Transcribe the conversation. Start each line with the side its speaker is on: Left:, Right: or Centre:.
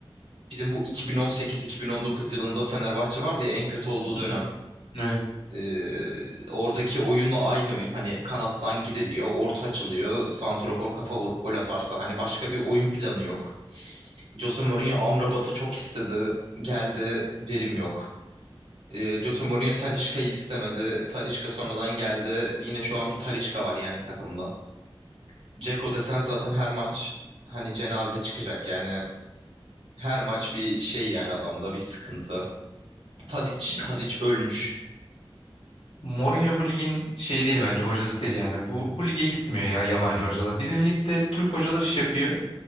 Right: bizim bu 2018-2019 yılında Fenerbahçe vardı ya en kötü olduğu
Left: Hı
Right: dönem.
Left: hı. Evet.
Right: Ee, oradaki oyunla aynı oyun. Hani kanattan gidiliyor, orta açılıyor, santrafor kafa vurup gol atarsa. Hani başka bir oyun planı yok. Jose Mourinho Amrabat'ı çok istedi. Geldi, verim yok. E, Jose Mourinho Talisca'yı istemedi. Talisca sonradan geldi. Yine şu an bir Talisca var yani takımda. Dzeko desen zaten her maç hani cenaze çıkacak yani. Her maç bir şey yani adamda bir sıkıntı. Tadic,
Left: Ya,
Right: Tadic ölmüş.
Left: Mourinho bu ligin şey değil bence hocası değil yani. Bu bu lige gitmiyor ya yabancı hocalar. Bizim ligde Türk hocalar iş yapıyor.